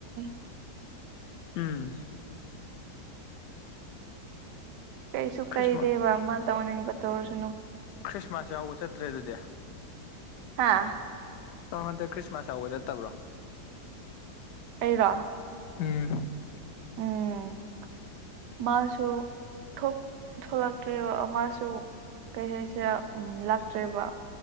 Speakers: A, on the right (about 80°); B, on the left (about 85°).
A: <unintelligible>
B: ꯎꯝ
A: ꯀꯩꯁꯨ
B: ꯈ꯭ꯔꯤꯁꯃꯥꯁ
A: ꯀꯩꯗꯦꯕ ꯃꯥꯟ ꯇꯧꯅꯤꯡꯕ ꯇꯧꯔꯁꯅꯨ
B: ꯈ꯭ꯔꯤꯁꯃꯥꯁ ꯌꯥꯎꯕ ꯆꯠꯇ꯭ꯔꯦ ꯑꯗꯨꯗꯤ
A: ꯍꯥꯥ
B: ꯅꯪ ꯍꯟꯇꯛ ꯈ꯭ꯔꯤꯁꯃꯥꯁ ꯌꯥꯎꯕ ꯆꯠꯇꯕ꯭ꯔꯣ
A: ꯑꯩꯔꯣ
B: ꯎꯝ ꯎ
A: ꯎꯝ ꯃꯥꯁꯨ ꯊꯣꯛꯂꯛꯇ꯭ꯔ ꯃꯥꯁꯨ ꯀꯩ ꯍꯥꯏꯁꯦ ꯎ ꯂꯥꯛꯇ꯭ꯔꯦꯕ